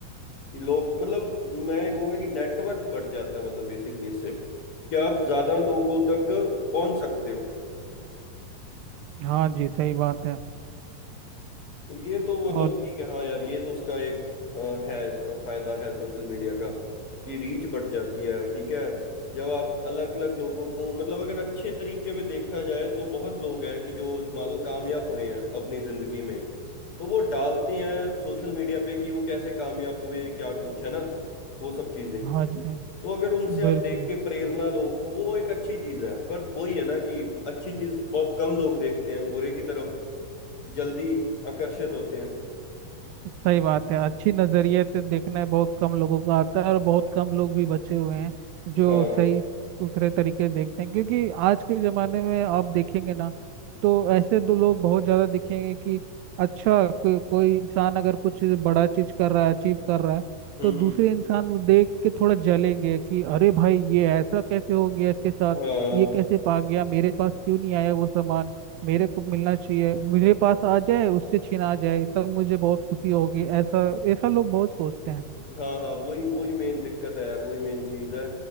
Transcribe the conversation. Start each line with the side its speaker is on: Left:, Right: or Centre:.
Left: कि लोग मतलब मैं कहूँगा कि नेटवर्क बढ़ जाता है मतलब बेसिकली इससे कि आप ज्यादा लोगों तक पहुंच सकते हो
Right: हाँ जी सही बात है
Left: तो ये तो मतलब
Right: और
Left: ठीक है हाँ यार ये तो उसका एक अ, है इसका फायदा है सोशल मीडिया का कि रीच बढ़ जाती है ठीक है जब आप अलग अलग लोगों को मतलब अगर अच्छे तरीके में देखा जाए तो बहुत लोग हैं कि जो मान लो कामयाब हुए हैं अपनी जिंदगी में तो वो डालते हैं सोशल मीडिया पे कि वो कैसे कामयाब हुए क्या कुछ है ना वो सब चीजें
Right: हाँ जी हाँ जी,
Left: तो अगर उनसे
Right: बिल्कुल
Left: आप देख के प्रेरणा लो तो वो एक अच्छी चीज है पर वही है ना कि अच्छी चीज बहुत कम लोग देखते हैं बुरे की तरफ जल्दी आकर्षित होते हैं
Right: सही बात है अच्छी नजरिए से देखना है बहुत कम लोगों को आता है और बहुत कम लोग भी बचे हुए हैं जो
Left: हाँ
Right: सही सुथरे तरीके से देखते हैं क्योंकि आज के जमाने में आप देखेंगे ना तो ऐसे दो लोग बहुत ज्यादा दिखेंगे कि अच्छा को, कोई इंसान अगर कुछ बड़ा चीज कर रहा है अचीव कर रहा है
Left: हम्म
Right: तो दूसरे
Left: हम्म,
Right: इंसान को देख के थोड़ा जलेंगे कि अरे भाई ये ऐसा कैसे हो गया इसके साथ
Left: हाँ
Right: ये कैसे पा गया मेरे पास क्यों नहीं आया वो सामान मेरे को मिलना चाहिए मेरे पास आ जाए उससे छीना जाए तब मुझे बहुत खुशी होगी ऐसा ऐसा लोग बहुत सोचते हैं
Left: हाँ हाँ वही वही मेन दिक्कत है यार वही मेन चीज है